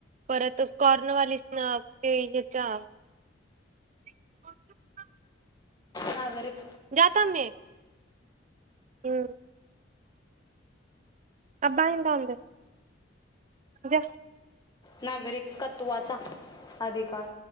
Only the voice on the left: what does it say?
नागरिक
नागरिकत्वाचा अधिकार